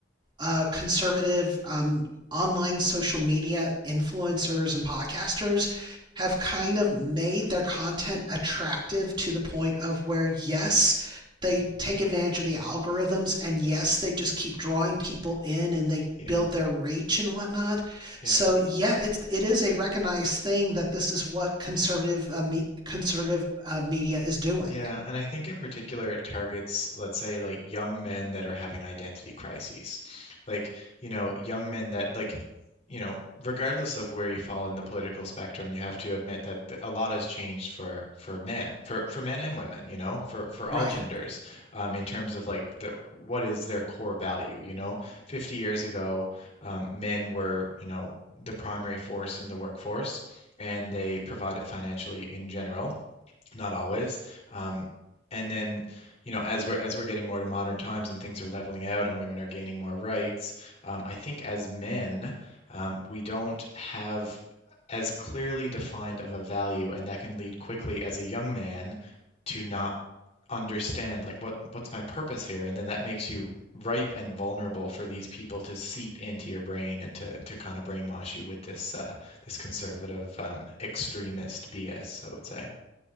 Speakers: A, on the right; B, on the left.
A: uh, conservative um, online social media influencers and podcasters have kind of made their content attractive to the point of where, yes, they
B: Mhm.
A: take advantage of the algorithms and yes, they just keep drawing people in and they
B: Yep,
A: build their reach and whatnot.
B: yep.
A: So yeah, it's it is a recognized thing that this is what conservative uh, me, conservative uh, media is doing,
B: Yeah, and I think in particular it targets, let's say, like young men that are having identity crises. Like, you know, young men that, like, you know, regardless of where you fall in the political spectrum, you have to admit that th- a lot has changed for for men, for for men and women, you know, for for all
A: right?
B: genders, um, in terms of like the what is their core value, you know? 50 years ago, um, men were, you know, the primary force in the workforce, and they provided financially in general not always. Um, and then, you know, as we're as we're getting more to modern times and things are leveling out and women are gaining more rights, um, I think as men, um, we don't have as clearly defined of a value, and that can lead quickly as a young man to not understand like what what's my purpose here, and then that makes you ripe and vulnerable for these people to seep into your brain and to to kind of brainwash you with this uh, this conservative um, extremist BS, I would say